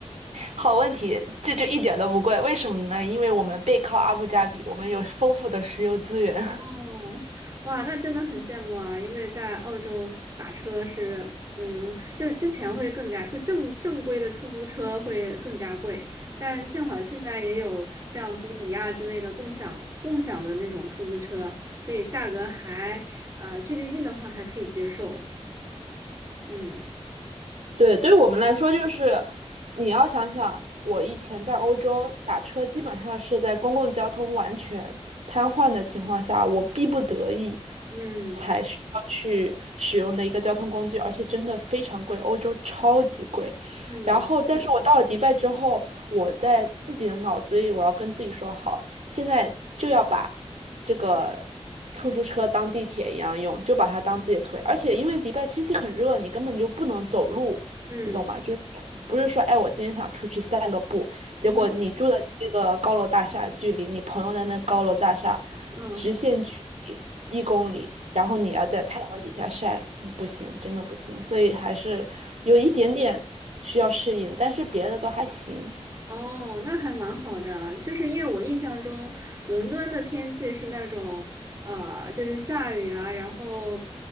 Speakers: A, on the right; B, on the right.
A: 好问题，这就一点都不贵，为什么呢？因为我们背靠阿布扎比，我们有丰富的石油资源。
B: 哦，哇，那真的很羡慕啊！因为在澳洲打车是，嗯，就之前会更加，就正正规的出租车会更加贵，但幸好现在也有像滴滴呀之类的共享共享的那种出租车，所以价格还，呃，距离近的话还可以接受。嗯
A: 对，对于我们来说，就是你要想想，我以前在欧洲打车，基本上是在公共交通完全瘫痪的情况下，我逼不得已
B: 嗯
A: 才需要去使用的一个交通工具，而且真的非常贵，欧洲超级贵。
B: 嗯
A: 然后，但是我到了迪拜之后，我在自己的脑子里，我要跟自己说，好，现在就要把这个出租车当地铁一样用，就把它当自己的腿。而且因为迪拜天气很热，你根本就不能走路，
B: 嗯
A: 你懂吗？就是不是说，哎，我今天想出去散个步，
B: 嗯，
A: 结果你住的这个高楼大厦距离你朋友的那高楼大厦
B: <laughs> 嗯，
A: 直线距离一公里，然后你要在太阳底下晒，嗯不行，真的不行。所以还是有一点点需要适应，但是别的都还行。
B: 哦，那还蛮好的，就是因为我印象中伦敦的天气是那种，呃，就是下雨啊，然后